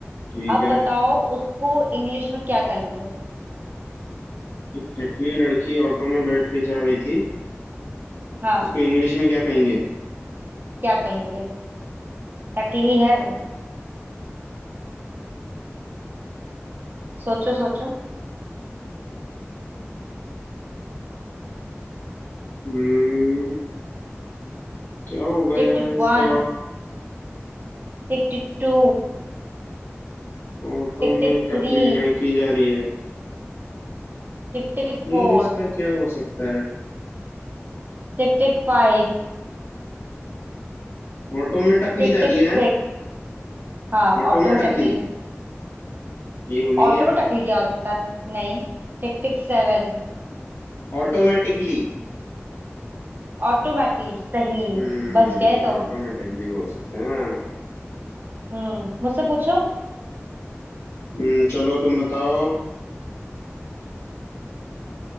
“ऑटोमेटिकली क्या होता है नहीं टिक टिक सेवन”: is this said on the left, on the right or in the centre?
Right